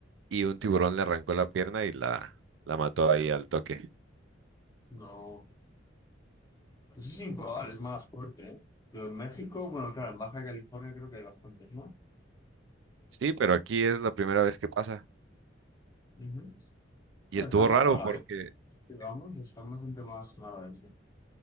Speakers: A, on the right; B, on the left.
A: y un tiburón le arrancó la pierna y la, la mató ahí al toque.
B: No. Eso es improbable, es más fuerte, ¿eh? Pero en México, bueno, claro, en Baja California creo que hay bastantes más.
A: Sí, pero aquí es la primera vez que pasa.
B: Ujú.
A: Y
B: Bueno,
A: estuvo
B: está más
A: raro
B: mala
A: porque,
B: digamos, está bastante más mala